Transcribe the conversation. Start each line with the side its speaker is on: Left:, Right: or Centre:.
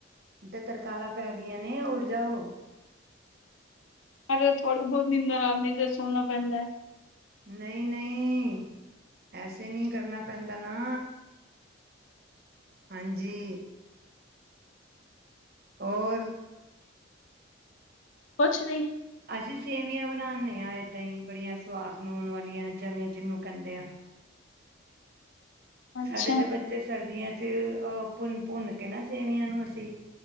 Right: ਤੇ ਤਰਕਾਲਾਂ ਪੈ ਗਈਆਂ ਨੇ ਉਠ ਜਾਓ।
Left: ਪਰ ਥੋੜ੍ਹੀ ਬਹੁਤ ਨਿੰਦਰ ਆਉਂਦੀ ਤੇ ਸੋਹਣਾ ਪੈਂਦਾ।
Right: ਨਹੀਂ, ਨਹੀਂ ਐਸੇ ਨਹੀਂ ਕਰਨਾ ਪੈਂਦਾ ਨਾ। ਹਾਂਜੀ। ਹੋਰ।
Left: ਕੁਛ ਨਹੀਂ।
Right: ਅਸੀਂ ਸੇਵੀਆਂ ਬਣਾਉਂਦੇ ਹਾਂ ਇੱਦਾਂ ਹੀ ਬੜੀਆਂ ਸਵਾਦ ਨੂਣ ਵਾਲੀਆਂ ਜਵੇਂ ਜਿਹਨੂੰ ਕਹਿੰਦੇ ਆ।
Left: ਅੱਛਾ
Right: ਸਾਡੇ ਤਾਂ ਬੱਚੇ ਸਰਦੀਆਂ ਚ ਅਹ ਭੁੰਨ, ਭੁੰਨ ਕੇ ਨਾ ਸੇਵੀਆਂ ਨੂੰ ਅਸੀਂ